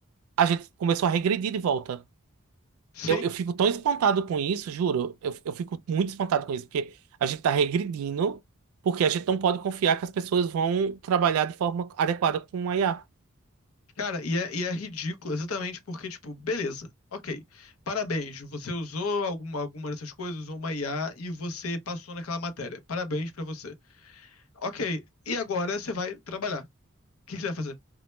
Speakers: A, on the right; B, on the left.
A: a gente começou a regredir de volta.
B: Sim.
A: Eu, eu fico tão espantado com isso, juro. Eu, eu fico muito espantado com isso, porque a gente tá regredindo, porque a gente não pode confiar que as pessoas vão trabalhar de forma adequada com a IA.
B: Cara, e é, e é ridículo exatamente porque, tipo, beleza, ok. Parabéns, você usou alguma, alguma dessas coisas, usou uma IA e você passou naquela matéria. Parabéns pra você. Ok, e agora você vai trabalhar. O que que você vai fazer?